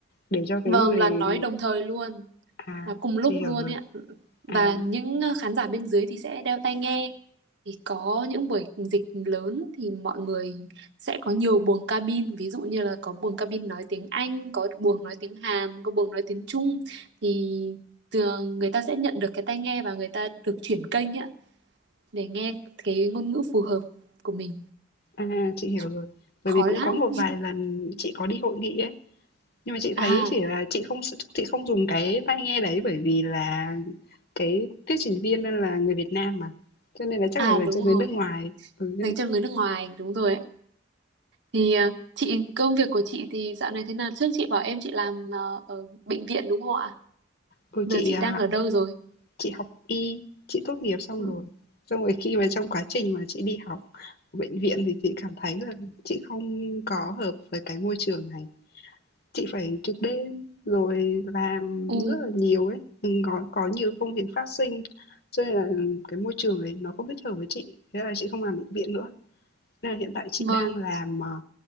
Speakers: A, on the left (about 50°); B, on the right (about 60°).
A: để cho cái
B: Vâng,
A: người
B: là nói đồng thời luôn.
A: à
B: là cùng lúc
A: chị hiểu
B: luôn
A: rồi.
B: ấy ạ và
A: À,
B: những ờ, khán giả bên dưới thì sẽ đeo tai nghe thì có những buổi dịch lớn thì mọi người sẽ có nhiều buồng cabin ví dụ như là có buồng cabin nói tiếng Anh có buồng nói tiếng Hàn có buồng nói tiếng Trung thì thường người ta sẽ nhận được cái tai nghe và người ta được chuyển kênh ấy ạ để nghe cái ngôn ngữ phù hợp của mình
A: à chị hiểu
B: Chứ
A: rồi. Bởi
B: khó
A: vì cũng
B: lắm
A: có một vài lần chị có đi hội nghị ấy Nhưng mà chị thấy
B: à
A: chỉ là chị không s chị không dùng cái tai nghe đấy bởi vì là cái thuyết trình viên là người Việt Nam mà, cho nên là chắc
B: à
A: là dành
B: đúng
A: cho người
B: rồi
A: nước ngoài. Ừ, cho
B: dành
A: nên
B: cho người nước ngoài đúng rồi ạ Thì à, chị công việc của chị thì dạo này thế nào? Trước chị bảo em chị làm à, ở bệnh viện đúng không ạ?
A: ừ,
B: Giờ
A: chị,
B: chị
A: à,
B: đang ở đâu rồi?
A: chị học y, chị tốt nghiệp xong
B: Ừ,
A: rồi. Xong rồi khi mà trong quá trình mà chị đi học ở bệnh viện thì chị cảm thấy là chị không có hợp với cái môi trường này. Chị phải trực đêm rồi làm
B: ừ,
A: rất là nhiều ấy, ừ, có có nhiều công việc phát sinh, cho nên là ừ, cái môi trường đấy nó không thích hợp với chị, thế là chị không làm bệnh viện nữa. Nên là hiện tại chị
B: vâng.
A: đang làm, ờ,